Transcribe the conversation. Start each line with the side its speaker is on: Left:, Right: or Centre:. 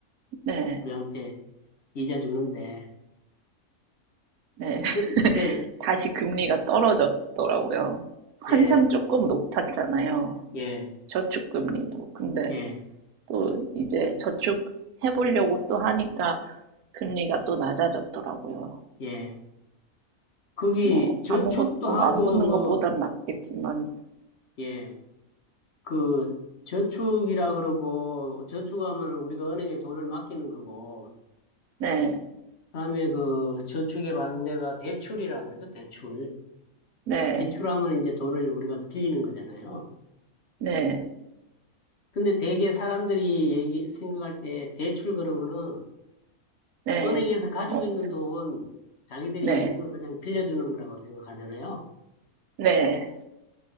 Right: 네,
Left: 우리한테 이자 주는데,
Right: 네. <laughs>
Left: 근데,
Right: 다시 금리가 떨어졌더라고요. 한참
Left: 예,
Right: 조금 높았잖아요.
Left: 예,
Right: 저축금리도. 근데
Left: 예,
Right: 또 이제 저축 해보려고 또 하니까 금리가 또 낮아졌더라고요.
Left: 예. 거기
Right: 뭐
Left: 저축도
Right: 아무것도
Left: 하고
Right: 안 붙는
Left: 뭐,
Right: 것보단 낫겠지만,
Left: 예, 그 저축이라 그러고 저축하면 우리가 은행에 돈을 맡기는 거고,
Right: 네,
Left: 그다음에 그 저축에 받는 데가 대출이라 그러죠, 대출.
Right: 네,
Left: 대출하면 이제 돈을 우리가 빌리는 거잖아요.
Right: 네,
Left: 근데 되게 사람들이 얘기, 생각할 때 대출 그러면은
Right: 네,
Left: 은행에서 가지고
Right: 어,
Left: 있는 돈, 자기들이
Right: 네,
Left: 있는 거 그냥 빌려주는 거라고 생각하잖아요.
Right: 네,